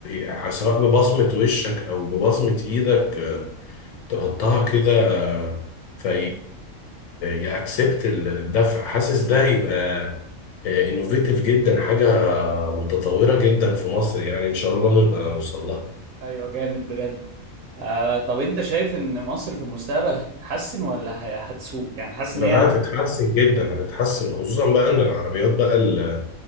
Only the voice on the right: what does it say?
ايوه جامد بجد آه طب انت شايف ان مصر في المستقبل هتتحسن ولا هي- هتسوء يعني حاسس
ان هي